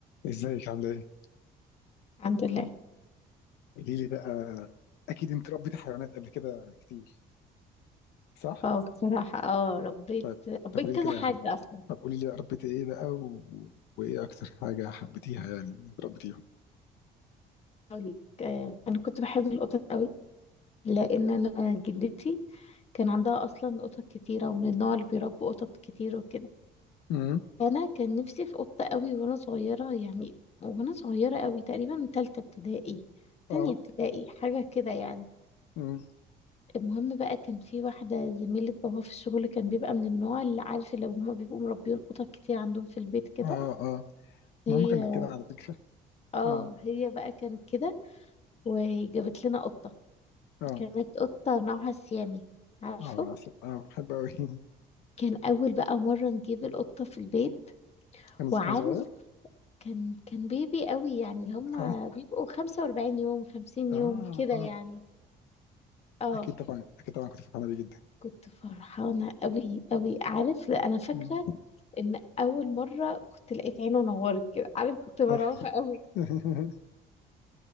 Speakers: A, on the left; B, on the left.
A: ازيك عاملة ايه؟
B: الحمد لله
A: قولي لي بقى اكيد انت ربيتي حيوانات قبل كده كتير صح؟
B: اه بصراحة اه ربيت
A: طيب
B: ربيت
A: طب قولي لي
B: كذا
A: كده
B: حاجة أصلا
A: طب قولي لي بقى ربيتي ايه بقى و... وايه اكتر حاجة حبيتيها يعني من اللي انت ربيتيهم؟
B: أقول لك آه، أنا كنت بحب القطط قوي لأن أنا جدتي كان عندها أصلا قطط كتيرة ومن النوع اللي بيربوا قطط كتير وكده
A: امم
B: أنا كان نفسي في قطة قوي وأنا صغيرة يعني وأنا صغيرة قوي تقريبا من تالتة ابتدائي تانية
A: اه
B: ابتدائي حاجة كده يعني
A: امم
B: المهم بقى كان في واحدة زميلة بابا في الشغل كان بيبقى من النوع اللي عارف لو هما بيبقوا مربيين قطط كتير عندهم في البيت كده
A: اه اه
B: هي
A: ماما كانت كده على فكرة
B: اه
A: امم
B: هي بقى كانت كده وجابت لنا قطة
A: اه
B: كانت قطة نوعها سيامي عارفه
A: اه عسل اه بحب اوي <laughs>
B: كان أول بقى مرة نجيب القطة في البيت
A: كان
B: وعارف
A: كان صغير
B: كان كان بيبي قوي يعني اللي هما
A: اه
B: بيبقوا 45 يوم 50
A: اه
B: يوم كده
A: اه
B: يعني اه
A: اكيد طبعا اكيد طبعا كنت فرحانة بيه جدا
B: كنت فرحانة قوي قوي عارف أنا فاكرة
A: مم.
B: إن أول مرة كنت لقيت عينه نورت كده عارف كنت مرعوبة
A: اه
B: قوي
A: <laughs>